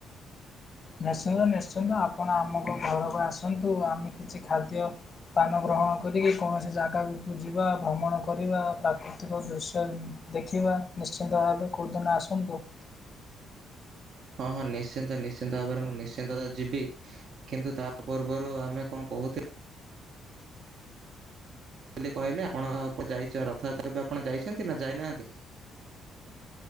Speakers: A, on the left; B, on the right.
A: ନିଶ୍ଚିନ୍ତ ନିଶ୍ଚିନ୍ତ ଆପଣ ଆମକୁ ଘରକୁ ଆସନ୍ତୁ ଆମେ କିଛି ଖାଦ୍ୟ ପାନ ଗ୍ରହଣ କରିକି କୌଣସି ଜାଗାକୁ ଯିବା ଭ୍ରମଣ କରିବା ପ୍ରାକୃତିକ ଦୃଶ୍ୟ ଦେଖିବା ନିଶ୍ଚିନ୍ତ ଭାବେ କୋଉଁଦିନ ଆସନ୍ତୁ?
B: ହଁ ହଁ ନିଶ୍ଚିନ୍ତ ନିଶ୍ଚିନ୍ତ ଭାବରେ ମୁଁ ନିଶ୍ଚିନ୍ତ ଯିବି। କିନ୍ତୁ ତା ପର୍ବରୁ ଆମେ କଣ କହୁଥିଲେ ବ କହିଲେ ଆପଣ କ ଯାଇ ରଥଯାତ୍ରା କେବେ ଆପଣ ଯାଇଛନ୍ତି ନା ଯାଇନାହାନ୍ତି?